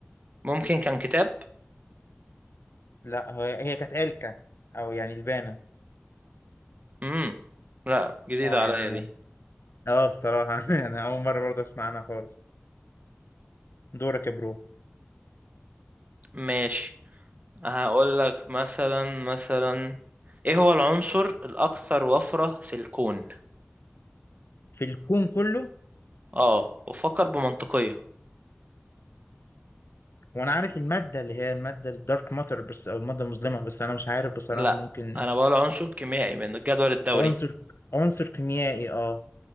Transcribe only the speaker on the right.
ممكن كان كتاب
امم لا جديدة
عليا دي
ماشي هقول لك مثلا مثلا ايه هو العنصر الأكثر وفرة في الكون
اه وفكر بمنطقية
لا
انا بقول عنصر كيميائي من الجدول الدوري